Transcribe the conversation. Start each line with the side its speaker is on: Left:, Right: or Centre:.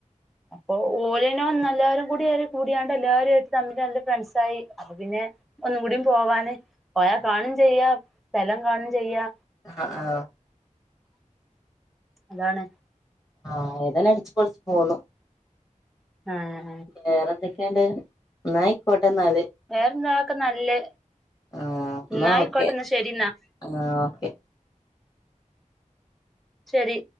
Centre: അപ്പൊ ഓലെന്നെ വന്ന് എല്ലാരും കൂടി കൂടിയാണ്ട് എല്ലാരും ആയിട്ട് തമ്മിൽ നല്ല ഫ്രണ്ട്സായി. പിന്നെ ഒന്നും കൂടി പോവാന്. പോയാ കാണും ചെയ്യാ. സ്ഥലം കാണും ചെയ്യാ.
Left: ആഹ് ആഹ്.
Centre: <inaudible> അതാണ്
Left: ആഹ് ഏതാലും അട്ച്ച് പൊള്ച്ച് പോന്നു
Centre: അഹ്
Left: പിന്നെ വേറെ എന്തൊക്കെയാണ്ട് എന്നായിക്കോട്ടെ എന്നാല്
Centre: വേറെന്താക്കെ നല്ലേ
Left: ആഹ് എന്നാ
Centre: എന്നായിക്കോട്ടെന്ന്
Left: ഓക്കെ
Centre: ശരി എന്നാ
Left: ആഹ് ഓക്കെ
Centre: ശരി